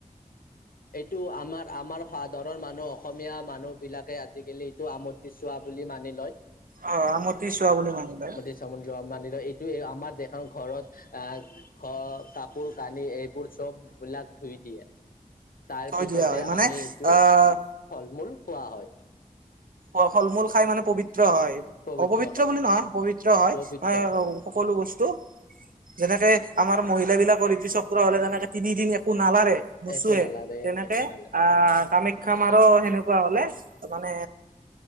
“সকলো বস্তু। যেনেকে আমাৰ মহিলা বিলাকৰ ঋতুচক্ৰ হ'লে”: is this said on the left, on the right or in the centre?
Right